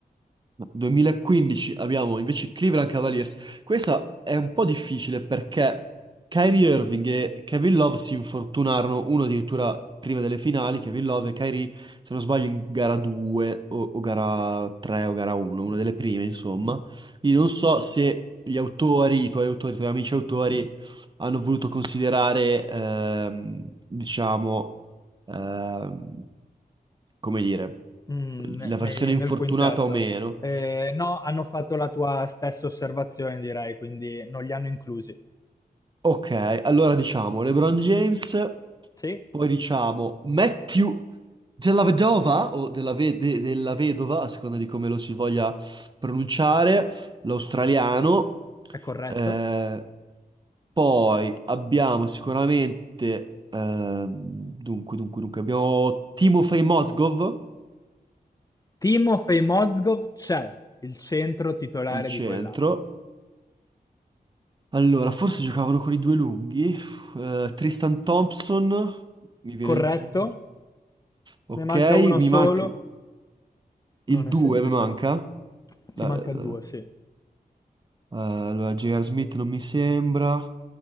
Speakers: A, on the right (about 30°); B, on the left (about 20°).
A: No, 2015 abbiamo invece i Cleveland Cavaliers. Questa è un po' difficile perché Kyrie Irving e Kevin Love si infortunarono, uno addirittura prima delle finali, Kevin Love e Kyrie, se non sbaglio, in gara 2 o, o gara 3 o gara 1, una delle prime, insomma. Quindi non so se gli autori, i tuoi autori, i tuoi amici autori, hanno voluto considerare, ehm, diciamo ehm, come dire,
B: Mm, ne-
A: la
B: nei-
A: versione infortunata
B: nel quintetto.
A: o meno.
B: Eh, no, hanno fatto la tua stessa osservazione, direi, quindi non li hanno inclusi.
A: Ok, allora diciamo LeBron James,
B: Sì,
A: poi diciamo Matthew della Vedova o della, ve- de- della Vedova, a seconda di come lo si voglia pronunciare, l'australiano.
B: è corretto.
A: Eh, poi abbiamo sicuramente, ehm, dunque, dunque, dunque, abbiamo Timofey Mozgov,
B: Timofey Mozgov c'è, il centro titolare
A: il centro.
B: di quell'anno.
A: Allora, forse giocavano con i due lunghi. Eh, Tristan Thompson, mi viene
B: Corretto,
A: il... Ok,
B: ne manca uno
A: mi
B: solo,
A: manca...
B: non
A: Il
B: è
A: 2
B: semplice.
A: mi manca. La-
B: Ti manca
A: eh,
B: il 2, sì.
A: allora, J.R. Smith non mi sembra.